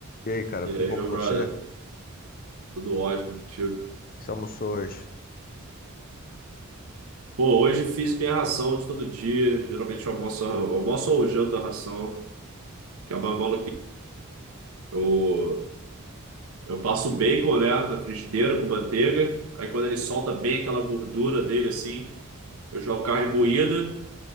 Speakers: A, on the left; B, on the right.
A: E aí, cara,
B: E
A: tudo
B: aí,
A: bom
B: meu
A: com
B: brother?
A: você? O
B: Tudo ótimo contigo.
A: que Você almoçou hoje?
B: Pô, hoje fiz minha ração de todo dia. Geralmente eu almoço, almoço ou janto a ração, que é uma maluquice. Eu, eu passo bacon, né, na frigideira com manteiga. Aí quando ele solta bem aquela gordura dele, assim, eu jogo carne moída.